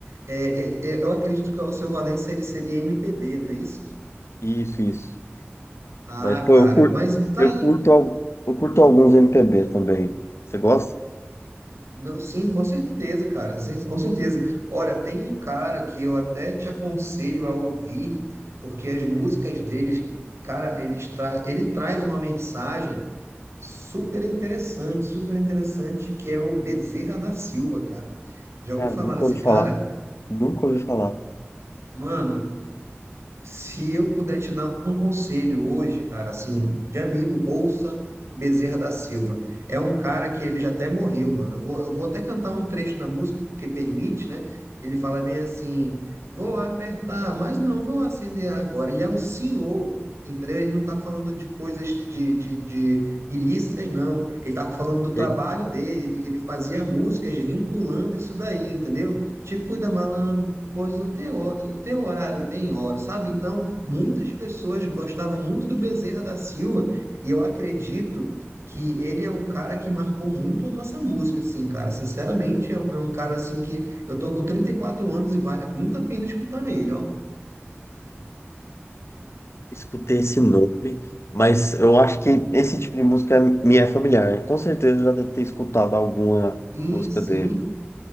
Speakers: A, on the right; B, on the left.
A: é, é, é, eu acredito que o Alceu Valença ele seria MPB, não é isso?
B: Isso, isso.
A: Ah,
B: Mas, pô,
A: cara,
B: eu curto,
A: mas tá
B: eu
A: aí.
B: curto, al- eu curto alguns MPB também. Você gosta?
A: Não, sim, com certeza, cara. Sim, com certeza. Olha, tem um cara que eu até te aconselho a ouvir, porque as músicas deles, cara, eles tra... ele traz uma mensagem super interessante, super interessante, que é o Bezerra da Silva, cara. Já ouviu
B: Cara,
A: falar
B: nunca
A: nesse
B: ouvi
A: cara?
B: falar. Nunca ouvi falar.
A: Mano, Se eu puder te dar um conselho hoje, cara, assim, de amigo, ouça Bezerra da Silva. É um cara que ele já até morreu, mano. Eu vou, eu vou até cantar um trecho da música, porque permite, né? Ele fala bem assim: vou apertar, mas não vou acender agora. Ele é um senhor, entendeu? Ele não tá falando de coisas de, de, de ilícitas, não. Ele tá falando do trabalho
B: Sei.
A: dele. Ele, ele fazia músicas vinculando isso daí, entendeu? Te cuida, malandro. Pois o teu, o teu horário tem hora, sabe? Então, muitas pessoas gostavam muito do Bezerra da Silva, e eu acredito que ele é um cara que marcou muito a nossa música, assim, cara. Sinceramente, é, um é um cara, assim, que eu tô com 34 anos e vale muito a pena escutar ele, ó.
B: escutei esse nome, mas eu acho que esse tipo de música me é familiar. Com certeza eu já deve ter escutado alguma
A: Sim,
B: música
A: sim,
B: dele.